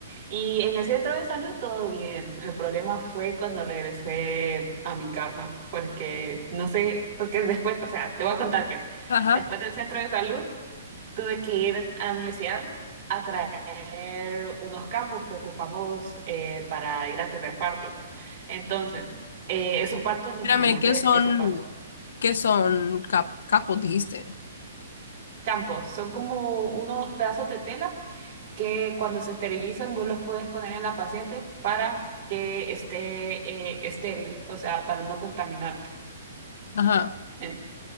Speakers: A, on the right (about 60°); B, on the left (about 70°).
A: y en el centro de salud todo bien. El problema fue cuando regresé a mi casa, porque no sé, porque después, o sea, te voy a contar que
B: Ajá,
A: después del centro de salud tuve que ir a la universidad a traer unos campos que ocupamos eh, para ir a tener partos. Entonces, eh, esos partos los
B: Mírame,
A: tenemos
B: ¿qué
A: que,
B: son,
A: esos partos.
B: qué son cap- capos, dijiste?
A: Champos, son como unos pedazos de tela que cuando se esterilizan vos los puedes poner en la paciente para que esté eh, estéril, o sea, para no contaminarte.
B: Ajá.
A: En-